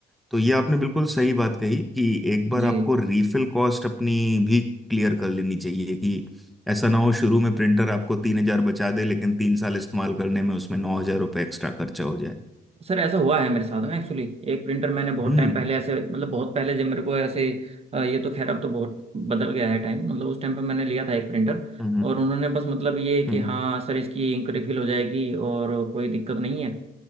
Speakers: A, in the centre; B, on the right.
A: तो ये आपने बिल्कुल सही बात कही कि एक बार
B: जी
A: आपको रीफिल कॉस्ट अपनी भी क्लियर कर लेनी चाहिए कि ऐसा ना हो शुरू में प्रिंटर आपको तीन हजार बचा दे लेकिन तीन साल इस्तेमाल करने में उसमें नौ हजार रुपये एक्स्ट्रा खर्चा हो जाए
B: सर ऐसा हुआ है मेरे साथ में एक्चुअली एक प्रिंटर मैंने बहुत
A: हम्म
B: टाइम पहले ऐसे मतलब बहुत पहले जब मेरे को ऐसे अ, ये तो खैर अब तो बहुत बदल गया है टाइम मतलब उस टाइम पे मैंने लिया था एक प्रिंटर
A: हम्म हम्म
B: और उन्होंने बस मतलब ये कि
A: हम्म
B: हाँ
A: हम्म,
B: सर इसकी इंक रिफिल हो जाएगी और कोई दिक्कत नहीं है